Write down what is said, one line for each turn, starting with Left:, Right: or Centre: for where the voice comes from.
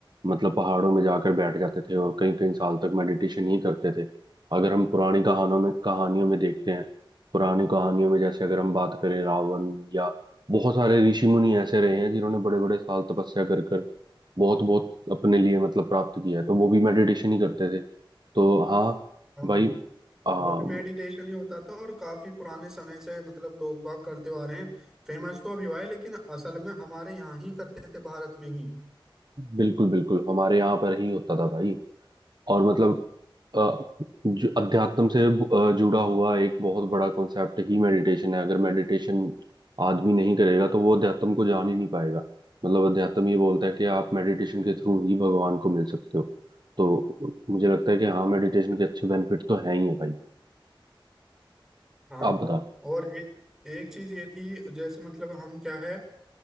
Right: मतलब पहाड़ों में जाकर बैठ जाते थे और कई कई साल तक मेडिटेशन ही करते थे अगर हम पुरानी कहानों में कहानियों में देखते हैं पुरानी कहानियों में जैसे अगर हम बात करें रावण या बहुत सारे ऋषि मुनि ऐसे रहे हैं जिन्होंने बड़े बड़े साल तपस्या कर कर बहुत बहुत अपने लिए मतलब प्राप्त किया है तो वो भी मेडिटेशन ही करते थे तो हाँ
Centre: हाँ
Right: भाई आ,
Centre: वो भी मेडिटेशन ही होता था और काफी पुराने समय से मतलब लोग बाग करते आ रहे हैं फेमस तो अभी हुआ है लेकिन असल में हमारे यहाँ ही करते थे भारत में ही
Right: बिल्कुल बिल्कुल हमारे यहाँ पर ही होता था भाई और मतलब अ, जो अध्यात्म से ब- अ, जुड़ा हुआ एक बहुत बड़ा कॉन्सेप्ट ही मेडिटेशन है अगर मेडिटेशन आदमी नहीं करेगा तो वो अध्यात्म को जान ही नहीं पाएगा मतलब अध्यात्म ये बोलता है कि आप मेडिटेशन के थ्रू ही भगवान को मिल सकते हो तो मुझे लगता है कि हाँ मेडिटेशन के अच्छे बेनिफिट तो हैं ही है भाई
Centre: हाँ
Right: आप बताओ
Centre: और ए, एक चीज ये थी जैसे मतलब हम क्या है